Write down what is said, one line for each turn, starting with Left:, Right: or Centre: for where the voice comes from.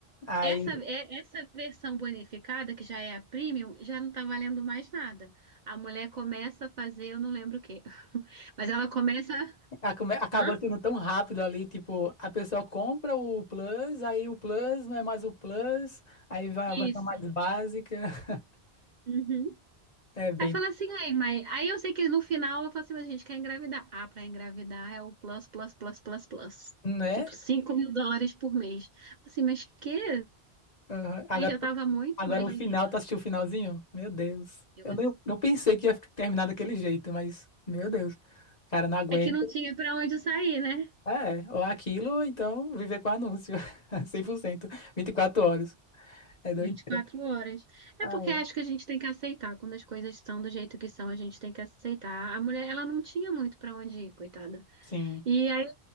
Left: Aí
Right: essa, é- essa versão bonificada, que já é a premium, já não tá valendo mais nada. A mulher começa a fazer, eu não lembro o quê, <laughs> mas ela começa.
Left: Ah, come- Acaba
Right: Hã?
Left: sendo tão rápido ali, tipo, a pessoa compra o Plus, aí o Plus não é mais o Plus, aí vai a
Right: Isso.
Left: versão mais básica. <laughs>
Right: Uhum.
Left: É bem,
Right: Aí fala assim, aí, mas aí eu sei que no final eu falo assim, mas a gente quer engravidar. Ah, pra engravidar é o plus, plus, plus, plus, plus.
Left: né?
Right: Tipo,
Left: Tipo,
Right: cinco mil dólares por mês. Assim, mas que?
Left: Aham. Agora,
Right: Aí já tava muito,
Left: agora
Right: imagina.
Left: o final, tu assistiu o finalzinho? Meu Deus.
Right: Eu
Left: Eu
Right: assim.
Left: nem, não pensei que ia fi- terminar daquele jeito, mas, meu Deus. Cara, não aguento.
Right: É que não tinha pra onde sair, né?
Left: É, ou aquilo, ou então viver com anúncio. <laughs> cem por cento vinte e quatro horas. É doideira.
Right: Vinte e quatro horas.
Left: Ah,
Right: É porque
Left: é.
Right: acho que a gente tem que aceitar. Quando as coisas estão do jeito que são, a gente tem que aceitar. A mulher, ela não tinha muito pra onde ir, coitada.
Left: Sim.
Right: E aí,